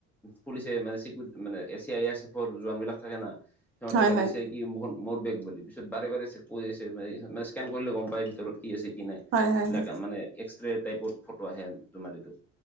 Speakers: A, in the centre; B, on the right.
A: পুলিচে মানে চিকিউ মানে এ চি আই এছ এফৰ জোৱান বিলাক থাকে না!
B: হয়
A: সিহঁতে
B: হয়
A: ভাবিছে
B: হয়
A: কি মোৰ বেগ বুলি, পিছত বাৰে বাৰে কৈ আছে স্কেন কৰিলে গম পায় ভিতৰত কি আছে কি নাই। এইবিলাক
B: হয় হয় হয়
A: মানে এক্সৰে টাইপৰ ফটো আহে তোমাৰ এইটো